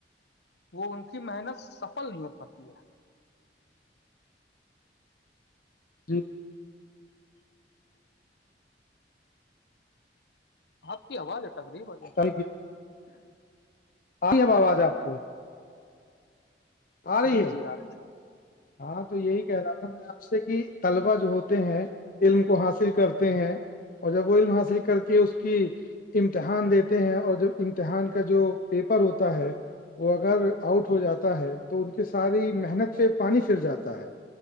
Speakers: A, on the left (about 65°); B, on the left (about 50°).
A: وہ ان کی محنت سفل نہیں ہو پاتی ہے
B: جی
A: اپ کی اواز اٹک رہی ہے بھائی جان
B: آ ہے باب آج آپ کو آ رہی
A: جی
B: ہے
A: جی آ رہے
B: ہاں تو یہی کہہ رہا تھا میں آپ سے کہ طلبا جو ہوتے ہیں علم کو حاصل کرتے ہیں اور جب وہ علم حاصل کر کے اس کی امتحان دیتے ہیں اور جب امتحان کا جو پیپر ہوتا ہے وہ اگر آؤٹ ہو جاتا ہے تو ان کے ساری محنت پہ پانی پھر جاتا ہے